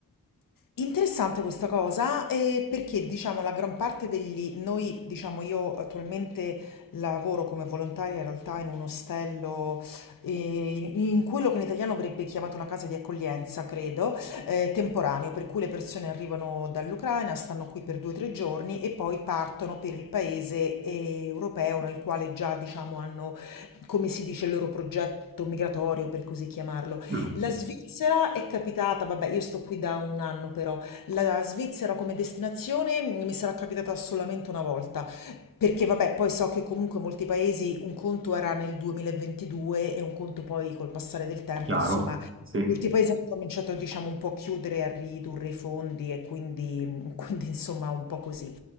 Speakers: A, on the left; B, on the right.
A: Interessante questa cosa, eh, perché diciamo la gran parte degli, noi diciamo io attualmente lavoro come volontaria in realtà in un ostello, eh, in, in quello che in italiano verrebbe chiamato una casa di accoglienza, credo, eh, temporaneo, per cui le persone arrivano dall'Ucraina, stanno qui per due o tre giorni e poi partono per il paese eh, europeo nel quale già diciamo hanno, come si dice, il loro progetto migratorio, per così chiamarlo.
B: Mm,
A: La Svizzera è capitata, vabbè, io sto qui da un anno però, la Svizzera come destinazione mi sarà capitata solamente una volta, perché vabbè, poi so che comunque molti paesi un conto era nel 2022 e un conto poi col passare del tempo,
B: chiaro,
A: insomma,
B: sì.
A: molti paesi hanno cominciato, diciamo, un po' a chiudere, e a ridurre i fondi e quindi, <laughs> quindi insomma, un po' così.